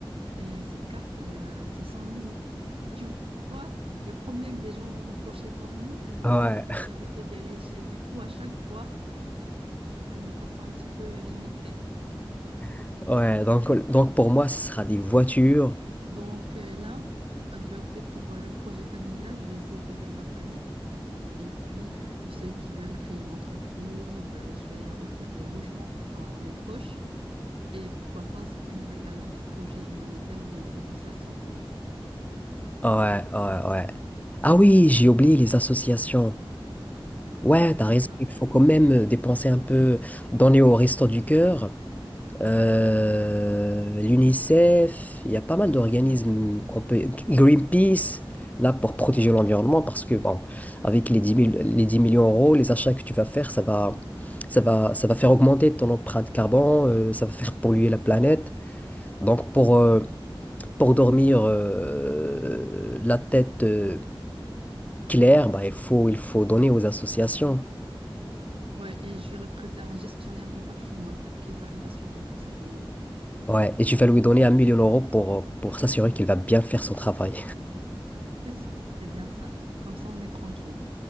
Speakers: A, on the right; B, on the left.
A: Et cette carte, euh, c'est sans limite. Tu vois, le problème des gens fauchés comme nous, ils n'ont
B: Ouais,
A: pas cette mentalité des riches. Et du coup, à chaque fois, c'est d'une façon un petit peu limitée.
B: <laughs> ouais. Donc, donc, pour moi, ce sera des voitures.
A: Donc euh, là, je vais opter pour euh, le projet familial. Je vais essayer d'aider ma famille. Et puis, euh, pour ceux qui veulent créer une entreprise, euh, je vais offrir des logements à mes proches. Et pourquoi pas soutenir également des projets humanitaires ou bien des associations.
B: Ouais, ouais, ouais. Ah oui, j'ai oublié les associations. Ouais, t'as raison.
A: C'est ça,
B: Il
A: c'est
B: faut quand même euh, dépenser un peu, donner au Resto du Cœur, euh, l'UNICEF. Il y a pas mal d'organismes qu'on peut. Greenpeace, là, pour protéger l'environnement, parce que, bon, avec les dix mille, les 10 millions d'euros, les achats que tu vas faire, ça va, ça va, ça va faire augmenter ton empreinte carbone, euh, ça va faire polluer la planète. Donc, pour, euh, pour dormir euh, la tête euh, claire, bah, il faut, il faut donner aux associations.
A: Ouais, et je vais recruter un gestionnaire du patrimoine pour qu'ils arrivent à suivre tout ça pour moi.
B: Ouais, et tu vas lui donner un million d'euros pour, euh, pour s'assurer qu'il va bien faire son travail.
A: C'est ça, c'est bien ça. Comme ça, on est tranquille.